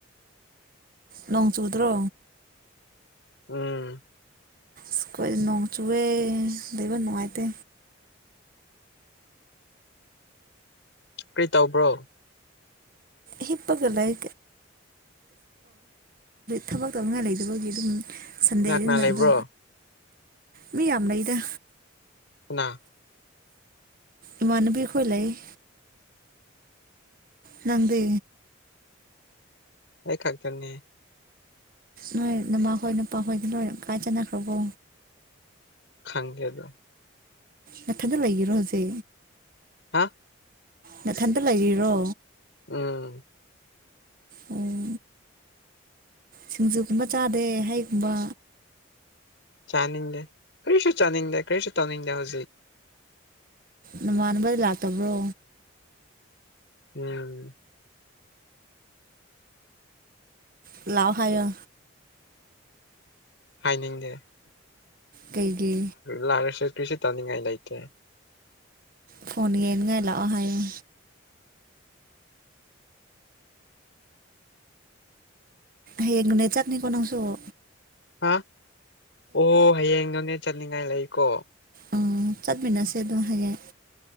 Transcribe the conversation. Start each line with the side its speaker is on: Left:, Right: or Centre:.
Right: ꯅꯣꯡꯣꯡ ꯆꯨꯗ꯭ꯔꯣ
Left: ꯎꯝ
Right: ꯁꯀꯣꯏ ꯅꯣꯡ ꯆꯨꯑꯦ ꯂꯩꯕ ꯅꯨꯡꯉꯥꯏꯇꯦ
Left: ꯀꯔꯤ ꯇꯧꯕ꯭ꯔꯣ
Right: ꯍꯤꯞꯄꯒ ꯂꯩ ꯊꯕꯛ ꯇꯧꯅꯤꯡꯉꯥꯏ ꯂꯩꯇꯕꯒꯤ ꯑꯗꯨꯝ ꯁꯟꯗꯦꯗꯅ
Left: ꯀꯅꯥ ꯀꯅꯥ ꯂꯩꯕ꯭ꯔꯣ
Right: ꯑꯗꯨ ꯃꯤ ꯌꯥꯝ ꯂꯩꯗ
Left: ꯑ
Right: ꯏꯃꯅꯕꯤꯈꯣꯏ ꯂꯩꯏ ꯪꯗ
Left: ꯑꯩ ꯈꯥꯛꯇꯔꯅꯤ
Right: ꯅꯣꯏ ꯅꯃ ꯍꯣꯏ ꯅꯨꯄꯥ ꯈꯗ ꯅꯣꯏ ꯀꯥꯏ ꯆꯅꯈ꯭ꯔꯕꯣ
Left: ꯈꯪꯒꯦꯗ
Right: ꯃꯊꯥꯗ ꯂꯩꯔꯣꯁꯦ
Left: ꯍꯥ
Right: ꯃꯊꯟꯇ ꯂꯩꯔꯤꯔꯣ
Left: ꯎꯝ
Right: ꯑꯣ ꯁꯤꯡꯖꯨꯒꯨꯝꯕ ꯆꯥꯗꯦ ꯍꯩꯒꯨꯝꯕ
Left: ꯆꯥꯅꯤꯡꯗꯦ ꯀꯔꯤꯁꯨ ꯆꯥꯅꯤꯡꯗꯦ ꯀꯔꯤꯁꯨ ꯆꯥꯅꯤꯡꯗꯦ ꯍꯧꯖꯤꯛ
Right: ꯅꯃꯅꯕꯗꯤ ꯂꯥꯛꯇꯕ꯭ꯔꯣ
Left: ꯎꯝ
Right: ꯂꯥꯎꯍꯣ
Left: ꯍꯥꯏꯅꯤꯡꯗꯦ
Right: ꯀꯩꯒꯤ
Left: ꯂ ꯂꯦ ꯁ ꯀ꯭ꯁꯤꯤ ꯇꯉꯉꯥꯏ ꯂꯩꯥꯏꯇꯦ
Right: ꯐꯣꯟꯒꯤꯅꯒꯥꯏ ꯂꯥꯛꯑꯣ ꯍꯥꯏꯡ ꯍꯦꯒ ꯅꯦ ꯆꯠꯅꯤ ꯀꯅꯥꯁꯨꯣ
Left: ꯍꯥ ꯑꯣ ꯍꯌꯦ ꯏ ꯅꯣꯅꯦ ꯆꯠꯅꯤꯡꯉꯥꯏ ꯂꯩ ꯀꯣ
Right: ꯑꯣ ꯆꯠꯃꯤꯟꯅꯁꯦ ꯑꯗꯨ ꯍꯥꯏꯌꯦꯡ